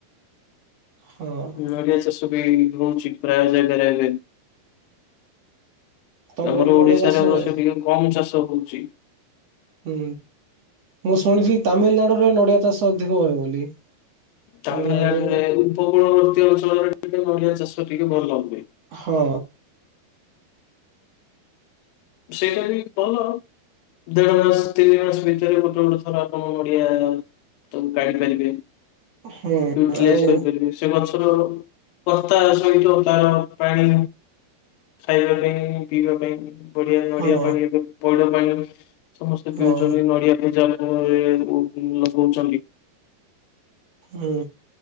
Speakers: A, on the right; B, on the left.
A: ହଁ
B: ନଡ଼ିଆ ଚାଷ ବି ହୋଉଛି ପ୍ରାୟଜାଗାରେ ବି
A: ତମ
B: ଆମର
A: ପଟେ
B: ଓଡିଶାରେ
A: ନଡିଆ ଚାଷ
B: ଅବଶ୍ୟ
A: ହୁଏ?
B: ଟିକେ କମ ଚାଷ ହଉଛି
A: ହୁଁ ମୁଁ ଶୁଣିଛି ତାମିଲନାଡୁରେ ନଡିଆ ଚାଷ ଅଧିକ ହୁଏ ବୋଲି ତାମିଲନାଡୁ
B: ତାମିଲନାଡୁରେ ଉପକୂଳବର୍ତ୍ତୀ ଅଞ୍ଚଳରେ ଟିକେ ନଡ଼ିଆ ଚାଷ ଟିକେ ଭଲ ହୁଏ।
A: ହଁ
B: ସେଇଟା ବି କହୁହଣ ଦେଢ ମାସ ତିନି ମାସ ଭିତରେ ଗୋଟେ ଗୋଟେ ଥର ଆପଣ ନଡିଆ ତ ପାଡି ପାରିବେ <unintelligible>
A: ହୁଁ ଆଉ
B: ପାରିବ ସେଛ ରୋଲ ପତା ସହିତ ତାର ପାଣି ଖାଇବା ପାଇଁ ପିଇବା ପାଇଁ ପଢିଆ ନଡିଆ
A: ହଁ
B: ପାଣି ଏବେ ପଇଡ ପାଣି ସମସ୍ତେ
A: ହଁ
B: ପିଉଛନ୍ତି ନଡିଆ ପୂଜା କହୁଛନ୍ତି
A: ହୁଁ